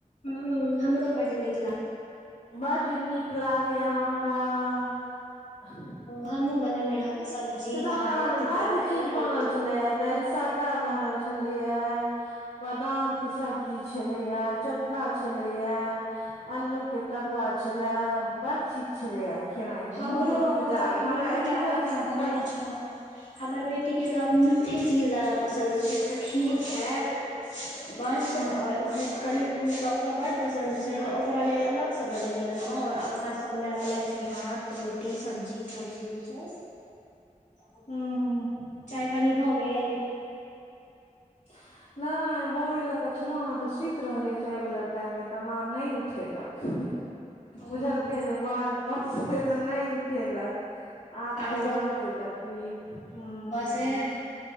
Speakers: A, on the left; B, on the left.
A: ह हमरो बड निक ला
B: बड नीक लागैया हमरा <inaudible> ह
A: हमहुँ बनेने रहौं सब्जी
B: से तऽ
A: भात
B: हमरा घरमे बड
A: दालि
B: चीज
A: रोटी
B: बनल छलै आय दाइलसग्गा बनल छलैया बादाम के सब्जी छले या चोखा छले या अलू के तरुआ छलेए बड़ चीज छलै आय खेनाइ मे
A: हमरो
B: मोन उजगुजा
A: हम तऽ अपन
B: गेल
A: बेटी
B: हमरा एतबो
A: लए अलगसँ
B: चीज
A: बनेने
B: खायमे
A: छलहुँ हेँ हमर बेटी के त आब <unintelligible> चीज जादा पसन्द छै तऽ खीर खायत बस
B: हँ
A: और कनि तऽ ओकरा बड पसन्द छै तऽ ओकरा लेल अलग से बनेले रहो और अपना स सब ल अलग से भात रोटी सब्जी सबजे होइ छै <inaudible>
B: हूं
A: चाय पानी भऽ गेल
B: <inaudible> नय बौए लऽ क छलहु हेँ तऽ सुइत रहलिय चाय वाला टाइम मे तऽ माँ नय उठेलक
A: ओ
B: बुझलकै जे बड <unintelligible> नय उठेलक आब फेर
A: आ
B: बनते तब पिब हूँ
A: तैं